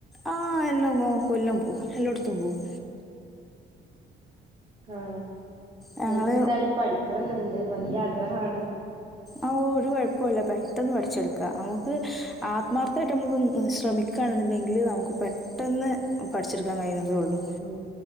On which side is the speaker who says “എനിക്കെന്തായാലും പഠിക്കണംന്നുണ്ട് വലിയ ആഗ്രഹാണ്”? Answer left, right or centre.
Right